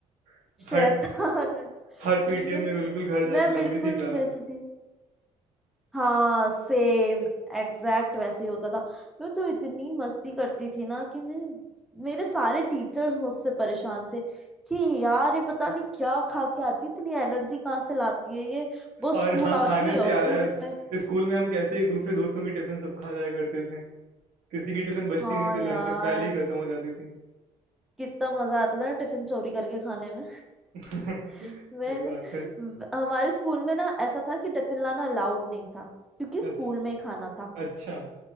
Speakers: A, on the right (about 80°); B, in the centre.
A: <laughs>
B: शैतान
A: हर
B: अच्छा।
A: हर पीटीएम
B: मैं
A: में बिल्कुल घर जाके
B: मैं बिल्कुल
A: लंबी सी क्लास
B: वैसी थी हाँ सेम एग्जैक्ट वैसे ही होता था मैं तो इतनी मस्ती करती थी ना कि मैं मेरे सारे टीचर्स मुझसे परेशान थे कि यार ये पता नहीं क्या खा के आती है, इतनी एनर्जी कहाँ से लाती है ये वो स्कूल
A: और हाँ
B: आती
A: खाने
B: है
A: से
B: और
A: याद आया
B: पूरे टाइम
A: स्कूल में हम कैसे एक दूसरे दोस्तों की टिफिन सब खा जाया करते थे किसी की टिफिन बचती
B: हाँ
A: नहीं थी
B: यार
A: लंच तक पहले ही खत्म हो जाती थी
B: कितना मजा आता था ना टिफिन चोरी करके खाने में
A: <laughs>
B: <laughs>
A: सही
B: मैंने
A: बात है
B: हमारे स्कूल में ना ऐसा था कि टिफिन लाना अलाउड नहीं था क्योंकि स्कूल
A: अच्छा
B: में ही खाना था
A: अच्छा